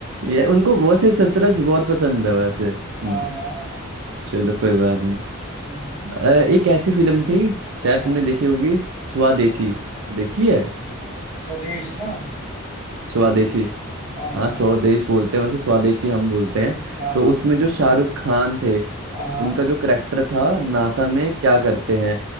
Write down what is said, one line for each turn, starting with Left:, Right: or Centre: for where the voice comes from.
Right: ये उनको वैसे शतरंज बहुत पसंद है वैसे हम्म,
Left: हाँ हाँ
Right: चलो कोई बात नहीं
Left: हम्म,
Right: अ, एक ऐसी फिल्म थी
Left: हाँ
Right: शायद
Left: हाँ
Right: तुमने देखी होगी स्वदेशी
Left: हम्म।
Right: देखी है
Left: स्वदेश ना
Right: स्वदेशी
Left: हाँ
Right: हाँ
Left: हाँ
Right: स्वदेश बोलते हैं वैसे स्वदेशी हम बोलते हैं
Left: हाँ
Right: तो उसमें जो शाहरुख खान थे
Left: हाँ
Right: उनका जो करेक्टर था नासा में क्या करते हैं